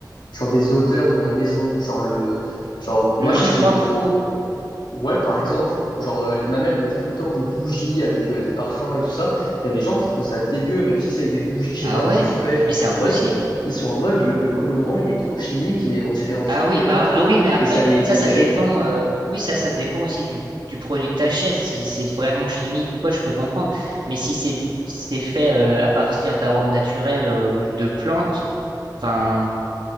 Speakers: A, on the left (about 80°); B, on the right (about 85°).
A: genre des odeurs de la maison, genre le, genre moi
B: Le linge
A: je sais que
B: propre?
A: j'aimais trop, ouais par exemple, genre euh, les- ma mère elle mettait tout le temps des bougies avec euh, des parfums et tout ça. Il y a des gens qui trouvent ça dégueu, même si c'est des bougies, je
B: Ah
A: sais pas,
B: ouais?
A: goût fraise ou
B: Mais
A: framboise,
B: c'est impossible.
A: ils sont en mode le, le colorant il est trop chimique et on dirait un
B: Ah
A: fruit
B: oui,
A: mais
B: bah,
A: pas trop
B: ah oui, mais après,
A: et ça les ça
B: ça, ça
A: les gêne.
B: dépend, euh, oui, ça, ça dépend aussi du, du produit que t'achètes. Si c'est vraiment chimique ou quoi, je peux comprendre. Mais si c'est, si c'est fait, euh, à partir d'arômes naturels, euh, ou de plantes, enfin,